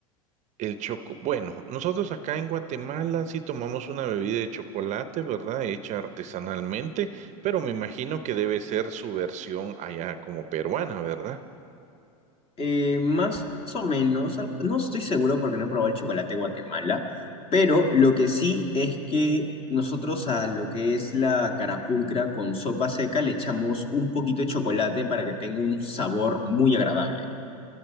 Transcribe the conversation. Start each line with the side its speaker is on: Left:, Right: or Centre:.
Right: el choco. Bueno, nosotros acá en Guatemala sí tomamos una bebida de chocolate, ¿verdad? Hecha artesanalmente, pero me imagino que debe ser su versión allá como peruana, ¿verdad?
Left: Eh, más o menos, algo- no estoy seguro porque no he probado el chocolate de Guatemala, pero lo que sí es que nosotros a lo que es la carapulcra con sopa seca le echamos un poquito de chocolate para que tenga un sabor muy agradable.